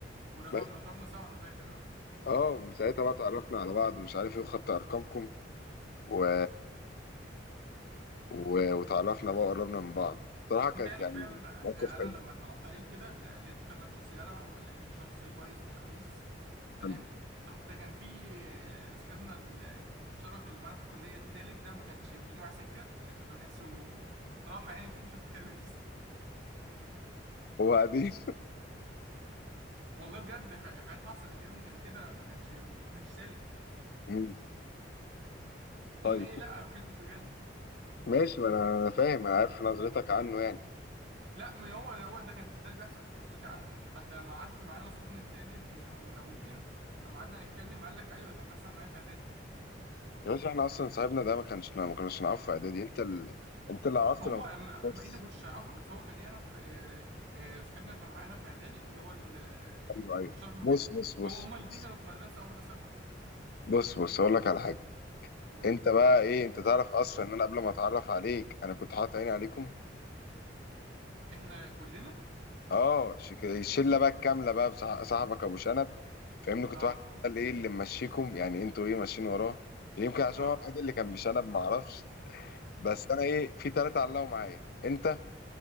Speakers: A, on the right; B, on the left.
A: وركبنا
B: بس
A: ركبنا سوا انا فاكر اه
B: اه ومن ساعتها بقى اتعرفنا على بعض مش عارف ايه وخدت ارقامكم و... و... وتعرفنا بقى وقربنا من بعض بصراحه كانت
A: انت عارف
B: يعني
A: فعلا
B: موقف
A: انا
B: حلو
A: لما اتعرفت عليك كده ل- لقيتك فعلا شخص جدع وشخص كويس مش خبيث فاهم
B: حلو.
A: حتى كان في آه، صاحبنا ال- المشترك اللي معانا في الكليه التالت ده ما كانش بيجي معاه سكه عشان كنت بحسه صراحه يعني بحسه بيتخابس
B: وبعدين
A: والله بجد ح- حاجات حصلت يا ابني كان كده ما كانش ما كانش سالك
B: <laughs> طيب
A: ام ايه لا انا بتكلم بجد
B: ماشي ما انا أنا فاهم انا عارف نظرتك عنه يعني
A: لا ما هو هو ده كان ده اللي بيحصل مش نظرتي عنه حتى لما قعدت معانا صاحبنا التالت اللي كان من ابو قير لما قعدنا نتكلم قال لك ايوه ده كان بيحصل معايا في اعدادي
B: يا باشا احنا اصلا صاحبنا ده ما كانش ما كناش نعرفه في اعدادي انت ال... انت اللي عرفته
A: هو
B: لما
A: ما
B: بص
A: ما- انت ما كنتش تعرفه بس هو كان يعرف آه، آه، صاحبنا اللي كان معانا في اعدادي اللي هو ال- آه،
B: ايوه
A: اللي
B: ايوه
A: مشترك ما
B: بص
A: بيننا
B: بص بص
A: هو هما
B: بص
A: الاثنين كانوا في مدرسه واحده سوا
B: بص بص اقول لك على حاجه
A: قول
B: انت بقى ايه انت تعرف اصلا ان انا قبل ما اتعرف عليك انا كنت حاطط عيني عليكم
A: احنا كلنا
B: اه شك... الشله بقى الكامله بقى بصاح- صاحبك ابو شنب فاهمني كنت
A: اه
B: واحد ده اللي ايه اللي ممشيكم يعني انتوا ايه ماشيين وراه يمكن عشان
A: اه
B: هو الوحيد اللي كان بشنب ما اعرفش بس
A: ممكن
B: انا ايه في ثلاثه علقوا معايا انت